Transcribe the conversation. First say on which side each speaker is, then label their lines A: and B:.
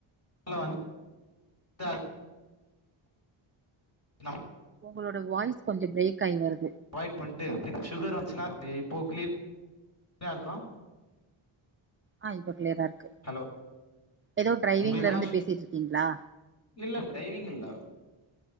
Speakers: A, on the left (about 30°); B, on the right (about 25°).
A: ல வந் தா நம்
B: உங்களோட வாய்ஸ் கொஞ்ச பிரேக் ஆய் வருது
A: அவாய்ட் பண்ட்டு இப் ஷுகர் வந்ச்சுனா இப்போ கிளீ ரா இருக்கா
B: ஆ இப்போ கிளீயரா இருக்கு
A: ஹலோ
B: ஏதோ ட்ரைவிங்ல
A: உங்களுக்கெல்லா
B: இருந்து பேசிட்ருக்கீங்களா
A: இல்ல ட்ரைவிங் இல்ல